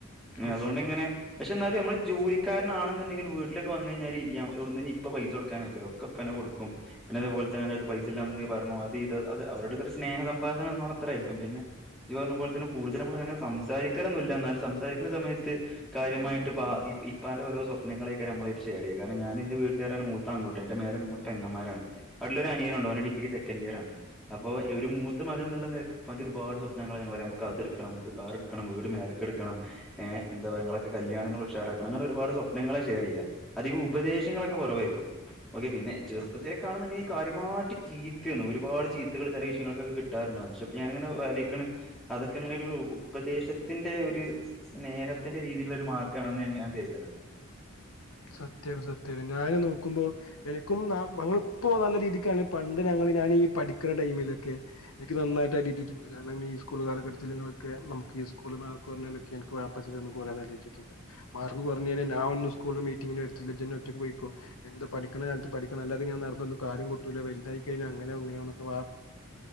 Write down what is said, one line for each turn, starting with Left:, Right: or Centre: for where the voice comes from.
Left: എങ്ങനെ
Centre: അതൊണ്ടിങ്ങനെ പക്ഷെ എന്നാലും നമ്മ ജോലിക്കാരനാണെന്നുണ്ടെങ്കിലും വീട്ടിലൊക്കെ വന്ന കഴിഞ്ഞാല് ഇവിന്ന് ഇപ്പ പൈസ കൊടുക്കാൻ ആക്കല്ലോ ഒക്കെപ്പന്നെ കൊടുക്കും പിന്നെ അതേപലെ തന്നെ അന്റെ അടു പൈസ ഇല്ലാുണ്ടെങ്ക പറഞ്ഞ അത് അവരുടൊ ഒരു സ്നേഹ സംഭാഷണം എ പറ അത്രായിരിക്കും പിന്നെ ഇത് പറഞ്ഞ പോലെ തന്നെ കൂടുതല നമ്മൾ അങ്ങനെ സംസാരിക്കാൊന്നുമില്ല എന്നാലും സംസാരിക്കുന്ന സമയത്ത് കാര്യമായിട്ട് ഇപ്പാന്റെ ഓരോ സ്വപ്നങ്ങളെ നമ്മള് ഷർ ചെയ്യ കാരഞാൻന്റെ വീട്ടില മൂാ അൺുട്ട എന്റെേ മൂന്നെങ്ങമാരാണ് അടുടെ ഒരു അനിയർണ്ടോൻ ഡിഗ്ര സെക്കൻഡ ഇയർണ് അപ്പൊ ഒരു മൂത്ത മകന്ന എന്നുള്ള നിൽക്കാന്റെ ഒരുപാട് സ്വപ്നങ്ങൾങ്ങനെ പറയാം നമു അതിക്കണം നമുക്ക് കാരണം ണം വീട് മേലക്കെടുക്കണംഏ എന്താ പറയൊക്കെ കല്യാണങ്ങൾ ഉച്ചാറാക്കണം അങ്ങനെ ഒരുപാട് സ്വപ്നങ്ങളെ റിയ അധികം ഉപദേശങ്ങളൊക്കെ കുറവായിരിനും ഓക്കെ പിന്നെ ചെറുപ്പത്തിലേക്കണെന്നുണ്ടെങ്കിൽ കാര്യമായിട്ട് ചീത്ത ഒരുപാട് ചീത്തുകൾ ചില വിഷയങ്ങക്കെ കിട്ടും കിട്ടാറുണ്ട പക്ഷെ ഞാാനിങ്ങനെ വാലിക്ക അതൊക്കെ അങ്ങനെ ഒരു ഉപദേശത്തിന്റെ ഒരു സ്നേഹത്തിന്റെ രീതിയിലുള്ള ഒരു മാർഗ്ഗമാണെന്നാണ് ഞാൻ കരുതുന്നത്
Left: സത്യമായിട്ട സത്യമായി ഞാാന് നോക്കുമ്പോ എനിക്കും ഞങ്ങ ഇപ്പോ നല്ല രീതിക്കണ പണ്ട് ഞങ്ങ ഞൻ ഈ പഠിക്കുന്ന ടൈമിലൊക്കെ എനിക്ക് നായിട്ടാ കിട്ടിയിട്ടുണ്ട് കാരണം ഈ സ്കൂ കാലഘട്ടത്തില നിൊക്കെ നമു ഈ സ്കൂള് മാർ പറഞ്ഞാലൊക്കെ എനിക്ക് വാപ്പസില ഒന്ന് പോലരാതലയിച്ചിട്ടുണ്ട് മാർക്ക് കുറഞ്ഞനെ ഞാ ഒന്നും സ്കൂളും മീറ്റിങ്ങിന് വരത്തില്ല ജ ഒറ്റക്ക് പോയിക്കോ എന്ത് പഠിക്കണ കാലത്ത് പഠണം അല്ലാെങ്ങനെ നടന്നും കാര്ം കട്ടൂില്ല വലുതായി കഴിഞ്ഞാ അങ്ങന അങ്ങനെെ വാ